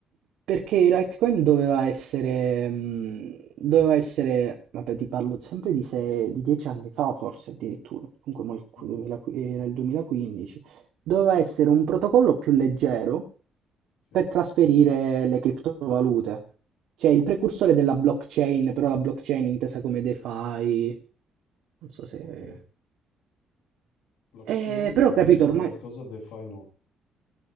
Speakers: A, on the right; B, on the left.
A: Perché Litecoin doveva essere, mh, doveva essere, vabbè, ti parlo sempre di, sei, di dieci anni fa, forse addirittura, comunque mo il qu-
B: Mhm.
A: 2000 era il 2015, doveva essere un protocollo più leggero
B: Sì.
A: per
B: certo.
A: trasferire le criptovalute, cioè il precursore della blockchain, però la blockchain intesa come DeFi, non so se...
B: Ok. Blockchain,
A: Eh, però
B: capisco
A: ho capito, ormai
B: qualcosa, DeFi no.